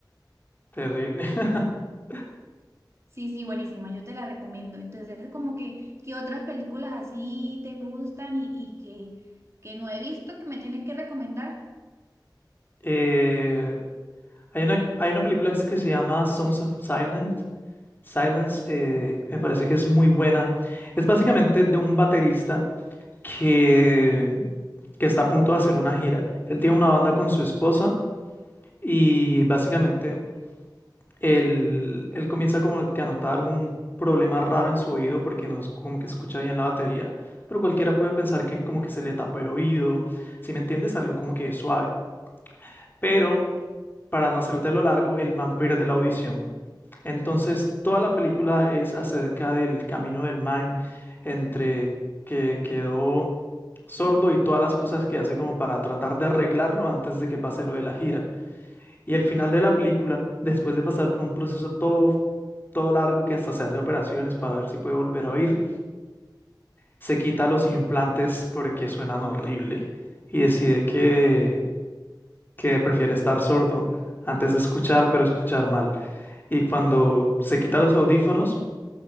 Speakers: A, on the left; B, on the right.
A: terrible. <laughs>
B: Sí, sí, buenísima, yo te la recomiendo. Entonces, como que, ¿qué otras películas así te gustan y, y que, que no he visto que me tienes que recomendar?
A: Eh, hay una, hay una película que se que se llama Sons of Silent Silence eh, me parece que es muy buena. Es básicamente de un baterista que, que está a punto de hacer una gira. Él tiene una banda con su esposa y básicamente él, él comienza como que a notar un problema raro en su oído porque no es como que escucha bien la batería, pero cualquiera puede pensar que como que se le tapa el oído, si me entiendes, algo como que suave. Pero para no hacértelo largo, el man pierde la audición. Entonces, toda la película es acerca del camino del man entre que quedó sordo y todas las cosas que hace como para tratar de arreglarlo antes de que pase lo de la gira. Y el final de la película, después de pasar por un proceso todo, todo largo que hasta se hace operaciones para ver si puede volver a oír, se quita los implantes porque suenan horrible y decide que, que prefiere estar sordo antes de escuchar, pero escuchar mal. Y cuando se quita los audífonos,